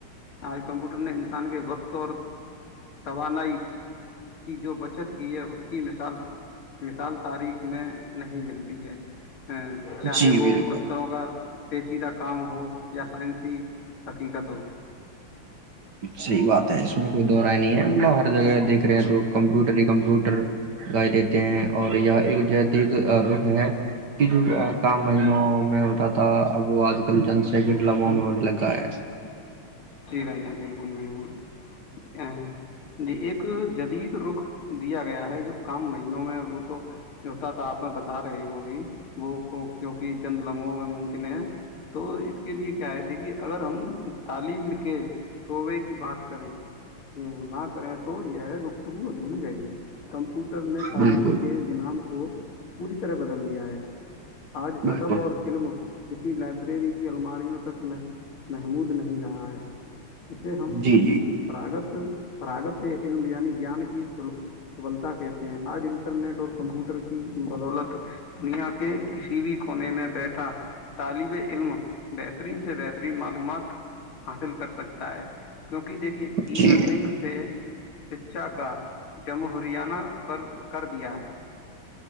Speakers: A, on the left; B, on the right.
A: آج کمپیوٹر نے انسان کے وقت اور توانائی کی جو بچت کی ہے اس کی مثال مثال تاریخ میں نہیں ملتی ہے ا چاہے
B: جی
A: وہ
B: بالکل
A: دفتروں کا <inaudible> <unintelligible> <unintelligible>
B: <unintelligible>
A: جی بالکل
B: <unintelligible> <unintelligible>
A: <unintelligible> <unintelligible> <unintelligible> <unintelligible>
B: بالکل
A: <unintelligible>
B: بالکل
A: <unintelligible> <unintelligible>
B: جی
A: <unintelligible> <unintelligible> <unintelligible>
B: جی جی
A: <unintelligible>